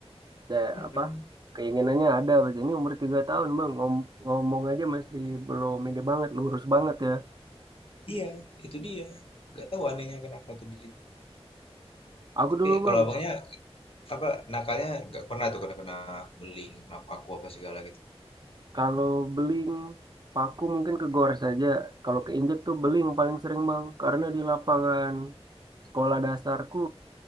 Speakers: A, on the right; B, on the left.
A: Udah
B: Mhm,
A: apa? Keinginannya ada, berarti ini umur 3 tahun bang. Ngom- ngomong aja masih belum ini banget, lurus banget ya.
B: iya, itu dia. Nggak tahu anehnya kenapa tuh di situ.
A: Aku
B: Tapi
A: dulu
B: kalau
A: bang,
B: abangnya apa nakalnya nggak pernah tuh kena kena beling, kenapa aku apa segala gitu.
A: Kalau beling, paku mungkin ke gor saja. Kalau keinjek tuh beling paling sering bang, karena di lapangan sekolah dasarku